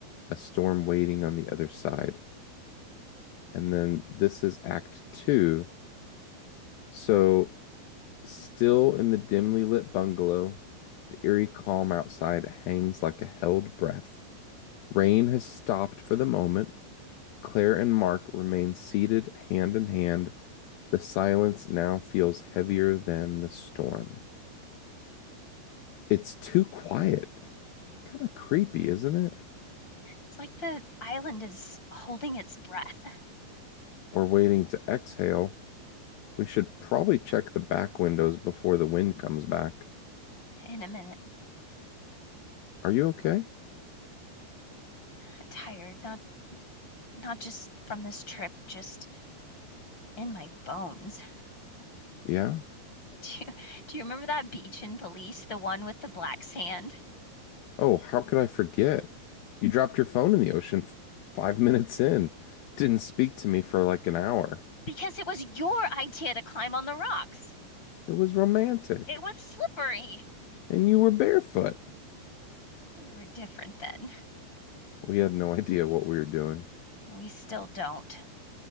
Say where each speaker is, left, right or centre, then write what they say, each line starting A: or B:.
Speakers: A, on the left; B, on the left.
A: a storm waiting on the other side. And then this is Act Two. So, still in the dimly lit bungalow, the eerie calm outside hangs like a held breath. Rain has stopped for the moment. Claire and Mark remain seated hand in hand. The silence now feels heavier than the storm. It's too quiet. Kind of creepy, isn't it?
B: It's like the island is holding its breath
A: Or waiting to exhale. We should probably check the back windows before the wind comes back.
B: in a minute.
A: Are you okay?
B: I'm Tired, not not just from this trip, just in my bones.
A: Yeah.
B: Do you, do you remember that beach in Belize, the one with the black sand?
A: Oh, how could I forget? You dropped your phone in the ocean f- five minutes in. Didn't speak to me for like an hour.
B: Because it was your idea to climb on the rocks.
A: It was romantic.
B: It was slippery.
A: And you were barefoot.
B: We were different then.
A: We had no idea what we were doing.
B: We still don't.